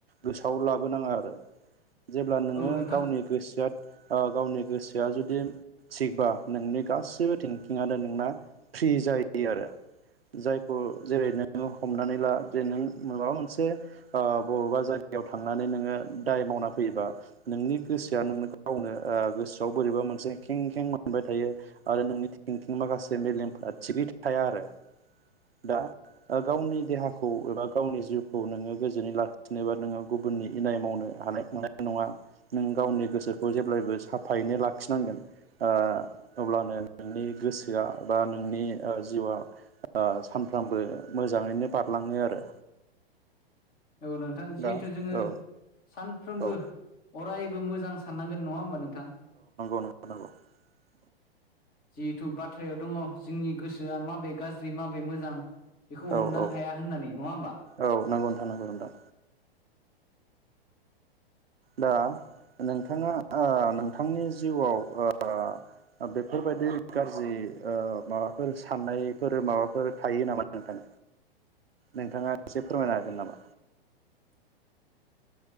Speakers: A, on the right; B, on the left.
A: गोसोआव लाबोनाङा आरो। जेब्ला नोङो
B: औ नोंथां
A: गावनि गोसोआत ओ गावनि गोसोआ जुदि थिगबा नोंनि गासैबो थिंकिंआनो नोंना फ्रि जायो आरो। जायखौ जेरै नोङो हमनानै ला जे नों माबा मोनसे ओ बबेबा जाय गायाव थांनानै नोङो दाय मावना फैयोबा नोंनि गोसोआ नों गावनो ओ गोसोआव बोरैबा मोनसे खें खें मोनबाय थायो आरो नोंनि थिंकिं माखासे मेलेमफोरा थिगै था थाया आरो। दा गावनि देहाखौ एबा गावनि जिउखौ नोङो गोजोनै लाखिनोबा नोङो गुबुन गुबुननि इनाय मावनो हानायनाय नङा नों गावनि गोसोखौ जेब्लायबो साफायैनो लाखिनांगोन ओ अब्लानो नोंनि गोसोआ बा नोंनि ओ जिउआ ओ सानफ्रामबो मोजाङैनो बारलाङो आरो।
B: औ नोंथां जिहेथु
A: दा
B: जोङो
A: औ
B: सानफ्रोमबो
A: औ
B: अरायबो मोजां साननांगोन नङा होमबा नोंथां?
A: माव दांग <unintelligible>
B: जिहेथु बाथ्रायाव दङ जोंनि गोसोआ माबे गाज्रि माबे मोजां बेखौ
A: औ
B: हमदां
A: औ
B: हाया होननानै नङा होमबा?
A: औ नंगौ नोंथां नंगौ नोंथां दा नोंथाङा ओ नोंथांनि जिउआव ओ बेफोरबायदि गाज्रि ओ माबाफोर साननायफोर माबाफोर थायो नामा नोंथां? नोंथाङा एसे फोरमायनो हागोन नामा?
B: <inaudible>